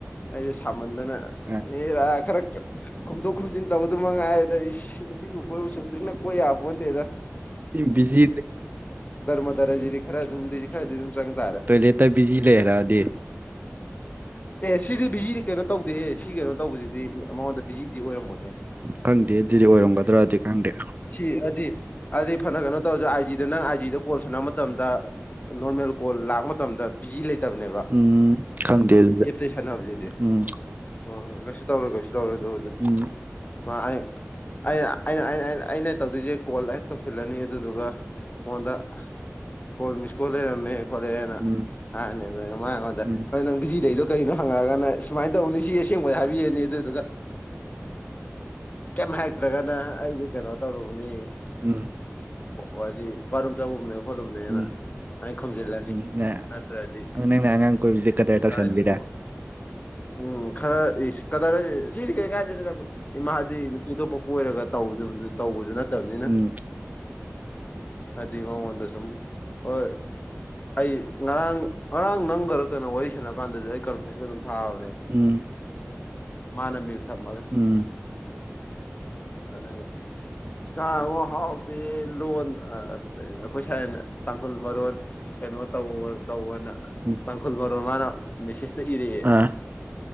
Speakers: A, on the left; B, on the right.
A: ꯍꯥꯏꯗꯤ ꯃꯃꯟꯗꯅ
B: ꯑ
A: ꯑꯦꯔꯥ ꯈꯔ ꯈꯣꯝꯗꯣꯛ ꯈꯣꯝꯖꯤꯟ ꯇꯧꯕꯗꯨ ꯃꯉꯥꯏ ꯑꯗ ꯏ ꯅꯨꯄꯤ ꯀꯣꯏ ꯁꯨꯇꯔꯤ ꯀꯣꯏꯣ ꯅꯠꯇꯦꯗ
B: ꯕꯤꯖꯤ
A: ꯃꯗꯔꯁꯤꯗꯤ ꯈꯔ ꯑꯗꯨꯝꯗꯤ ꯈꯔꯗꯤ ꯑꯗꯨꯝ ꯆꯪ ꯇꯥꯔꯦ
B: ꯀꯦꯇꯔꯖꯤ ꯁꯤꯤ ꯂꯩ ꯍꯥꯏꯔꯗꯤ
A: ꯑꯦ ꯁꯤꯗꯤ ꯕꯤꯖꯤꯗꯤ ꯀꯩꯅꯣ ꯇꯧꯗꯦ ꯑꯦ ꯁꯤ ꯀꯩꯅꯣ ꯇꯧꯕꯁꯤꯗꯤ ꯃꯉꯣꯟꯗ ꯕꯤꯖꯤꯗꯤ ꯑꯣꯏꯔꯝꯃꯣꯏꯅꯤ
B: ꯈꯪꯗꯦ ꯑꯗꯨꯗꯤ ꯑꯣꯏꯔꯝꯒꯗ꯭ꯔꯗꯤ ꯈꯪꯗꯦ
A: ꯁꯤ ꯍꯥꯏꯗꯤ ꯍꯥꯏꯗꯤ ꯐꯅ ꯀꯩꯅꯣ ꯇꯧꯔꯁꯦ ꯑꯥꯏꯖꯤꯗ ꯅꯪ ꯑꯥꯏ ꯖꯤꯗ ꯀꯣꯜ ꯁꯥꯟꯅꯕ ꯃꯇꯝꯗ ꯅꯃꯦꯜ ꯑꯦꯦꯜ ꯀꯣꯜ ꯂꯥꯛꯄ ꯃꯇꯝꯗ ꯕꯤꯖꯤ ꯂꯩ ꯆꯠꯇꯕꯅꯦꯕ
B: ꯎꯝ ꯈꯪꯗꯦ ꯑꯗꯨꯗꯤ
A: ꯑꯦꯞꯇꯩ ꯁꯥꯟꯅꯕꯁꯤꯗꯤ
B: ꯎꯝ
A: ꯑꯣ ꯀ ꯇꯧꯔꯨ ꯀꯩꯁꯨ ꯇꯧꯔ ꯑꯗꯨꯅꯤ
B: ꯎꯝ
A: ꯃꯥ ꯑꯩꯅ ꯑꯩꯅ ꯑꯩꯅꯩꯅ ꯑꯩꯅ ꯇꯧꯗꯣꯏꯁꯦ ꯀꯣꯜ ꯍꯦꯛ ꯇꯧꯁꯤꯜꯂꯅꯤ ꯑꯗꯨꯗꯨꯒ ꯃꯉꯣꯟꯗ ꯀꯣꯜ ꯃꯤꯁ ꯀꯣꯠ ꯂꯩꯔꯝꯃꯦ ꯈꯣꯠꯂꯛꯑꯦꯅ
B: ꯎꯝ
A: ꯍꯥꯏꯅꯦ ꯃꯉꯣꯟꯗ
B: ꯎꯝ
A: ꯍꯣꯏ ꯅꯪ ꯕꯤꯖꯤ ꯂꯩꯗ ꯀꯩꯅꯣ ꯍꯪꯉꯛꯑꯒꯅ ꯁꯨꯃꯥꯏꯅ ꯇꯧꯅꯤ ꯁꯤ ꯑꯁꯦꯡꯕꯗ ꯍꯥꯏꯕꯤꯔꯅꯤ ꯑꯗꯨꯗꯨꯒ ꯀꯃꯦ ꯍꯥꯏꯇ꯭ꯔꯒꯅꯥ ꯑꯩ ꯀꯩꯅꯣ ꯇꯧꯔꯨꯕꯅꯤ
B: ꯎꯝ
A: ꯍꯥꯏꯗꯤ ꯄꯔꯨꯝ ꯆꯥꯔꯕꯅꯦ ꯈꯣꯠꯂꯨꯕꯅꯦꯅ
B: ꯎꯝ
A: ꯑ ꯈꯣꯝꯖꯤꯜꯂꯅꯤ
B: ꯎꯝ ꯅꯪ
A: ꯅꯠꯇ꯭ꯔꯗꯤ
B: ꯅꯪꯅ ꯑꯉꯥꯡ ꯀꯣꯏꯕꯁꯦ ꯀꯗꯔ ꯇꯧꯁꯟꯕꯤꯔꯦ
A: ꯀꯥꯏꯗꯒꯤꯒꯕ ꯎꯝ ꯈꯔ ꯀꯗꯥꯔꯁ ꯁꯤꯗꯤ ꯀꯩ ꯀꯥꯏꯗ ꯏꯃꯥꯗꯤ ꯑꯇꯣꯞꯄ ꯀꯣꯏꯔꯒ ꯇꯧꯕꯁꯨ ꯅꯠꯇꯕꯅꯤꯅ
B: ꯎꯝ
A: ꯑꯃ ꯍꯗꯁꯝ ꯑꯣ ꯑꯩ ꯉꯔꯥꯡ ꯉꯔꯥꯡ ꯅꯪꯒꯔ ꯀꯩꯅꯣ ꯋꯥꯔꯤ ꯁꯥꯟꯅ ꯀꯥꯟꯗꯗꯤ ꯑꯩ ꯀꯟꯐꯟꯁꯀ ꯑꯗꯨꯝ ꯐꯥꯎꯕꯅꯦ
B: ꯎꯝ
A: ꯃꯥꯅꯃꯤ ꯎ ꯊꯃꯒ
B: ꯎꯝ
A: ꯑꯗ ꯀꯥꯡ ꯍꯥꯎꯗꯦ ꯂꯣꯟ ꯑꯩꯈꯣꯏ ꯁꯥꯏꯅ ꯇꯥꯡꯈꯨꯜ ꯃꯔꯣꯟ ꯀꯩꯅꯣ ꯇꯧ ꯇꯧꯅ
B: ꯎꯝ
A: ꯇꯥꯡꯈꯨꯜ ꯣꯟ ꯃꯥꯅ ꯃꯦꯁꯦꯁꯇ ꯏꯔꯛꯑꯦ
B: ꯑꯥ